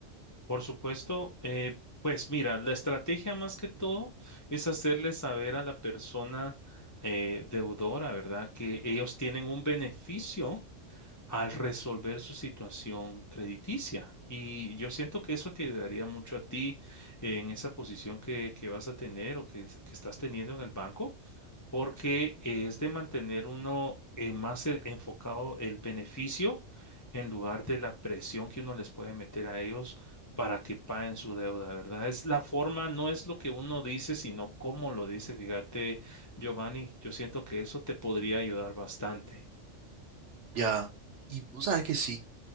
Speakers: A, on the left (about 25°); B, on the right (about 70°).
A: Por supuesto, eh, pues mira, la estrategia más que todo es hacerle saber a la persona eh, deudora, ¿verdad? Que ellos tienen un beneficio al resolver su situación crediticia. Y yo siento que eso te ayudaría mucho a ti en esa posición que, que vas a tener o que, es- que estás teniendo en el banco, porque es de mantener uno eh, más e- enfocado el beneficio en lugar de la presión que uno les puede meter a ellos para que paguen su deuda, ¿verdad? Es la forma, no es lo que uno dice, sino cómo lo dice. Fíjate, Giovanni, yo siento que eso te podría ayudar bastante.
B: Ya. Y vos sabes que sí,